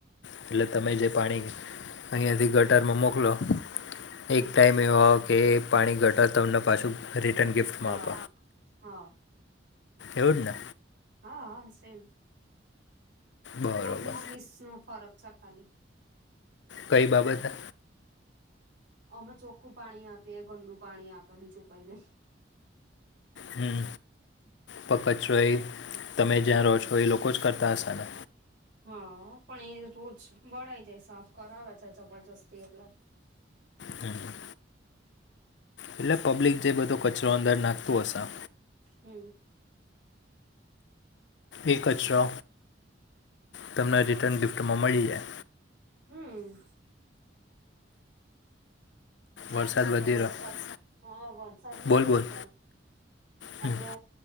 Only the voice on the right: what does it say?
હમ
હા
હા
હા હા સેમ.
ઓગણીસ વીસનો ફરક છે ખાલી.
અમે ચોખ્ખું પાણી આપીએ, એ ગંદુ પાણી આપે બીજું કઈ નઈ.
હા પણ એ રોજ વળઈ જાય સાફ કરાવે છે જબરજસ્તી એટલે.
હમ
હમ આ
કેવું
છે વરસાદ
હા વરસાદ નું
કેવું
છે
આપડે